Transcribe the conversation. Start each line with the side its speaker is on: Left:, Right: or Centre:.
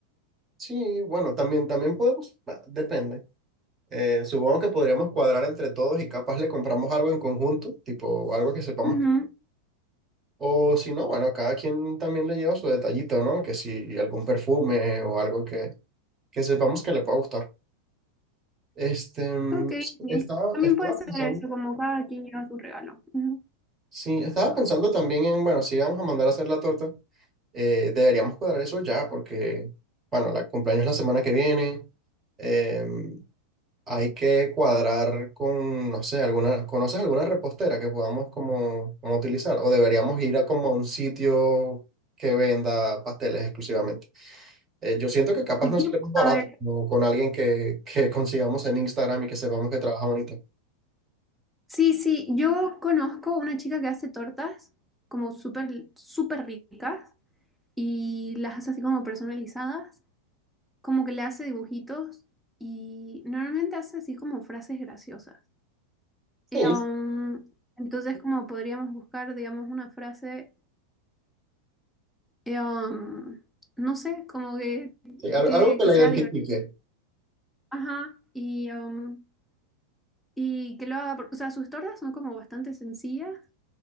Right: Sí, bueno, también, también podemos, bah, depende. Eh, supongo que podríamos cuadrar entre todos y capaz le compramos algo en conjunto, tipo algo que sepamos
Centre: Ujú.
Right: que... O si no, bueno, cada quien también le lleva su detallito, ¿no? Que si algún perfume o algo que, que sepamos que le pueda gustar. Este, mm,
Centre: Ok,
Right: no sé,
Centre: sí.
Right: estaba,
Centre: También
Right: estaba
Centre: puede ser
Right: pensando,
Centre: eso, como cada quien lleva su regalo. Ujú.
Right: sí, estaba pensando también en, bueno, si vamos a mandar a hacer la torta, eh, deberíamos cuadrar eso ya, porque, bueno, la cumpleaños es la semana que viene, eh, hay que cuadrar con, no sé, alguna, ¿conoces alguna repostera que podamos como, como utilizar? O deberíamos ir a como a un sitio que venda pasteles exclusivamente. Eh, yo siento que capaz
Centre: Yo,
Right: nos sale más barato,
Centre: a ver,
Right: ¿no? Con alguien que, que <laughs> consigamos en Instagram y que sepamos que trabaja bonito.
Centre: Sí, sí, yo conozco una chica que hace tortas como súper, súper ricas y las hace así como personalizadas, como que le hace dibujitos y normalmente hace así como frases graciosas.
Right: Sí,
Centre: Eh, um, entonces como podríamos buscar, digamos, una frase, eh, um, no sé, como que,
Right: Sí, al-
Centre: que,
Right: algo que
Centre: que
Right: la
Centre: sea
Right: identifique.
Centre: divertida, ajá, y, um, y que lo haga, por- o sea, sus tortas son como bastante sencillas